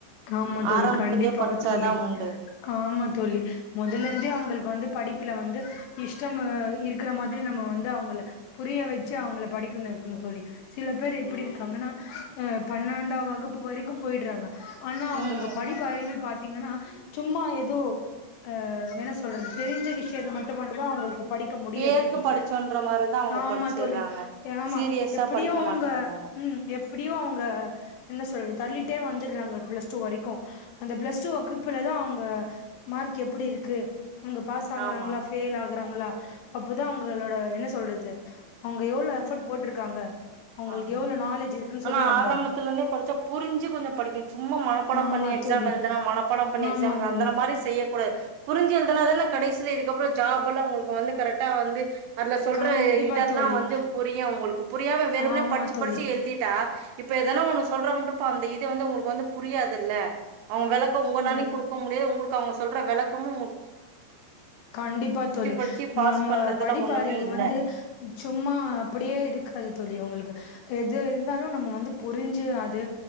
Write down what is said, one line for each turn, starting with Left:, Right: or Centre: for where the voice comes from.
Left: ஆமா தோழி
Right: ஆரம்பத்துலயே
Left: கண்டிப்பாக
Right: படிச்சாதா
Left: தோழி
Right: உண்டு
Left: ஆமா தோழி மொதல்லேந்தே அவுங்களுக்கு வந்து படிப்புல வந்து இஷ்டம் இருக்குற மாதிரி நம்ம வந்து அவுங்கள புரிய வச்சு அவுங்கள படிக்கணு வெக்குனு தோழி சில பேர் எப்டி இருக்காங்கன்னா அ பன்னாண்டாம் வகுப்பு வரைக்கும் போயிட்றாங்க ஆனா அவுங்களுக்கு
Right: ம்
Left: படிப்பு அறிவு பாத்தீங்கன்னா சும்மா ஏதோ அ என்ன சொல்றது தெரிஞ்ச விஷயத்த மட்டு மட்டுதா அவுங்களுக் படிக்க முடியு
Right: பேருக்கு
Left: தோழி
Right: படிச்சோன்ற மாரிதா அவங்க
Left: ஆமா
Right: படிச்சிர்றாங்க
Left: தோழி ஆமா
Right: சீரியஸா
Left: எப்டியோ
Right: படிக்க
Left: அவுங்க
Right: மாட்டேங்கறாங்க
Left: ம் எப்டியோ அவுங்க என்ன சொல்ற தள்ளிட்டே வந்துர்றாங்க ப்ளஸ் டூ வரைக்கு அந்த ப்ளஸ் டூ வகுப்புல தா அவுங்க மார்க் எப்டி இருக்கு அங்க பாஸ் ஆகுறாங்களா
Right: ஆமா
Left: ஃபேயில் ஆகுறாங்களா அப்பதா அவங்களோட என்ன சொல்றது அவுங்க எவ்ளோ எஃபர்ட் போட்ருக்காங்க அவங்களுக்கு
Right: ஆமா
Left: எவ்ளோ நாலேஜ் இருக்குன்னு
Right: ஆனா
Left: சொல்லி அந்த
Right: ஆரம்பத்துலேருந்தே படிச்சா புரிஞ்சிக்கு கொஞ்சோ படிக்கணு சும் சும்மா மனப்பாடம்
Left: ஆமா
Right: பண்ணி எக்ஸாம்
Left: தோழி
Right: எழுதுனா மனப்பாடம் பண்ணி
Left: ஆமா
Right: எக்ஸாம் எழுதுனா
Left: தோழி
Right: அந்த மாரி செய்யக்கூடாது புரிஞ்சி எழுதுனா தான கடைசீல இதுக்கப்பறோ ஜாப் எல்லா அவுங்களுக்கு வந்து கரெக்டா வந்து அதுல சொல்ற
Left: கண்டிப்பா
Right: இதெல்லா
Left: தோழி
Right: வந்து புரியும் உங்களுக்கு புரியாம எ வேணும்னே
Left: ஆமா
Right: படிச்சி
Left: தோழி
Right: படிச்சி எழுதிட்டா இப்ப எதனா ஒண்ணு சொல்றோன்றப்போ அந்த இது வந்து அவுங்களுக்கு வந்து புரியாதுல்ல அவுங்க வெளக்க உங்கனாலையு
Left: ம்
Right: குடுக்க முடியாது உங்களுக்கு அவுங்க சொல்ற வெளக்கமு
Left: கண்டிப்பா தோழி
Right: படிச்சு பாஸ்
Left: நம்ம
Right: பண்றதுல
Left: படிப்பு
Right: ஒண்ணுமே
Left: அறிவு
Right: இல்ல
Left: வந்து சும்மா அப்டியே இருக்காது தோழி உங்களுக் எது இருந்தாலு நம்ம வந்து புரிஞ்சி அது